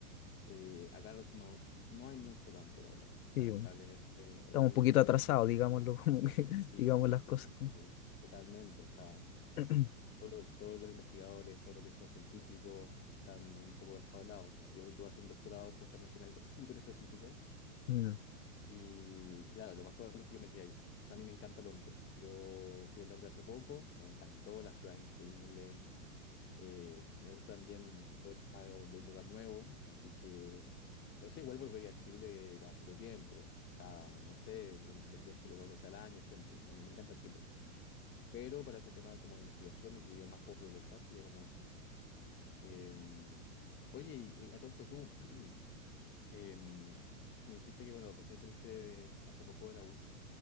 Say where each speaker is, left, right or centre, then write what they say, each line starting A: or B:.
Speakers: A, on the left; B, on the left.
A: eh, acá no, no, no hay mucho campo laboral,
B: Sí,
A: lamentablemente.
B: po. estamos
A: Eh, obviamente
B: un poquito atrasados, digámoslo, <laughs> como que-
A: Sí,
B: digamos las
A: sí,
B: cosas.
A: sí, sí,
B: como-
A: sí, totalmente. O sea,
B: <clears throat>
A: todo lo- todos los investigadores, todos los que son científicos, están un poco enjaulados. Entonces yo, yo voy a hacer un doctorado justamente en algo súper específico.
B: Mm.
A: Y claro, lo más probable es que yo me quede allá. O sea, a mí me encanta Londres. Yo fui a Londres hace poco, me encantó, la ciudad es increíble. Eh, me gusta también todo el tema de, de un lugar nuevo. Así que, o sea, igual volvería a Chile cada cierto tiempo. Cada, no sé, vendría a Chile dos veces al año siempre. me me encanta Chile. Pero para ese tema como de investigación, donde yo más puedo progresar, sería como eso. Eh, oye, y, eh, a todo esto tú, <clears throat> eh, me dijiste que, bueno, recién saliste de- hace poco de la U.